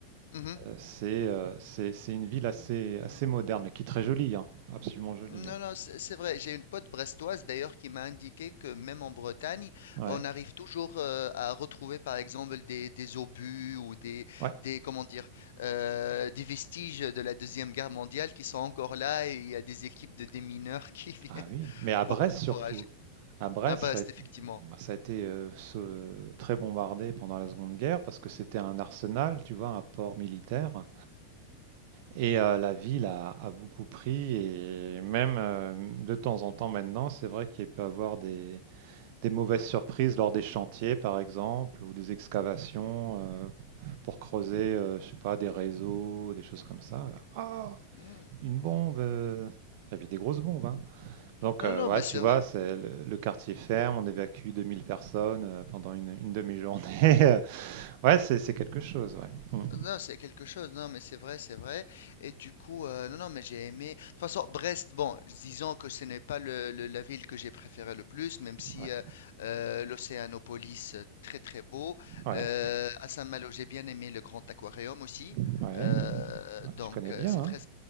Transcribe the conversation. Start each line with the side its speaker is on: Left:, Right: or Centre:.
Left: Mhm.
Right: euh, c'est euh, c'est c'est une ville assez assez moderne, mais qui est très jolie, hein, absolument jolie.
Left: Non,
Right: hein.
Left: non, c'est c'est vrai. J'ai une pote brestoise d'ailleurs qui m'a indiqué que même en Bretagne,
Right: Ouais,
Left: on arrive toujours euh, à retrouver par exemple des, des obus ou des,
Right: ouais.
Left: des comment dire euh, des vestiges de la Deuxième Guerre mondiale qui sont encore là et il y a des équipes de démineurs <laughs> qui viennent
Right: Ah oui, mais à
Left: pour,
Right: Brest surtout.
Left: pour agir.
Right: À Brest,
Left: Ah bah
Right: ça
Left: c'est
Right: a,
Left: effectivement.
Right: ça a été euh, ce- très bombardé pendant la Seconde Guerre parce que c'était un arsenal, tu vois, un port militaire. Et euh, la ville a, a beaucoup pris et même euh, de temps en temps maintenant, c'est vrai qu'il peut y avoir des, des mauvaises surprises lors des chantiers, par exemple, ou des excavations euh, pour creuser, euh, je sais pas, des réseaux, des choses comme ça. Ah,
Left: Hmm,
Right: une bombe!
Left: hmm.
Right: euh. Il y avait des grosses bombes, hein. Donc,
Left: Non,
Right: euh,
Left: non,
Right: ouais,
Left: mais
Right: tu
Left: c'est
Right: vois,
Left: vrai.
Right: c'est le, le quartier ferme, on évacue 2000 personnes euh, pendant une, une demi-journée. <laughs> Ouais, c'est c'est quelque chose, ouais. Hmm.
Left: Non, c'est quelque chose, non, mais c'est vrai, c'est vrai. Et du coup, euh, non, non, mais j'ai aimé. De toute façon, Brest, bon, disons que ce n'est pas le, le- la ville que j'ai préférée le plus, même si
Right: Ouais,
Left: euh, euh, l'Océanopolis, euh, très très beau.
Right: ouais,
Left: Euh, à Saint-Malo, j'ai bien aimé le Grand Aquarium aussi.
Right: ouais.
Left: Euh,
Right: Ouais,
Left: donc,
Right: tu connais
Left: euh,
Right: bien,
Left: c'est
Right: hein?
Left: très,